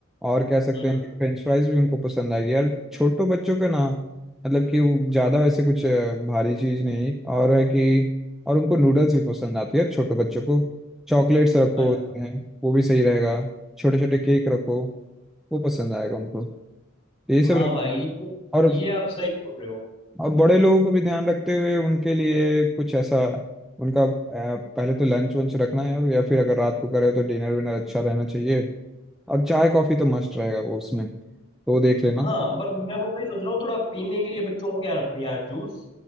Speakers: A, in the centre; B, on the left (about 25°).
A: और कह सकते
B: हम्म
A: हैं कि फ्रेंच फ्राइज भी उनको पसंद आएगी यार छोटे बच्चों का ना मतलब कि वो ज्यादा वैसे कुछ अ, भारी चीज नहीं और है कि और उनको नूडल्स भी पसंद आती है छोटे बच्चों को चॉकलेट्स रखो
B: अच्छा
A: उसमें, वो भी सही रहेगा छोटे छोटे केक रखो वो पसंद आएगा उनको तो ये सब
B: हाँ
A: रख
B: भाई ये
A: और
B: ये आप सही बोल रहे हो
A: अब बड़े लोगों को भी ध्यान रखते हुए उनके लिए कुछ ऐसा उनका अ, पहले तो लंच वंच रखना है और या फिर अगर रात को करे तो डिनर विनर अच्छा रहना चाहिए और चाय कॉफी तो मस्ट रहेगा वो उसमें तो वो देख लेना
B: हाँ पर मैं वही सोच रहा हूँ थोड़ा पीने के लिए बच्चों को क्या रखूँ यार जूस